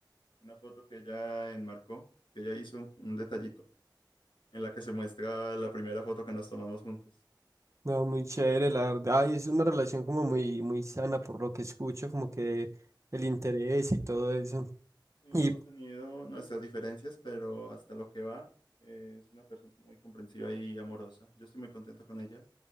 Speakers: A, on the left; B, on the right.
A: una foto que ella enmarcó, que ella hizo un un detallito, en la que se muestra la primera foto que nos tomamos juntos.
B: No, muy chévere, la verdad. y es una relación como muy, muy sana por lo que escucho, como que el interés y todo eso.
A: Sí,
B: Y
A: hemos tenido nuestras diferencias, pero hasta lo que va, eh, es una persona muy comprensiva y amorosa. Yo estoy muy contento con ella.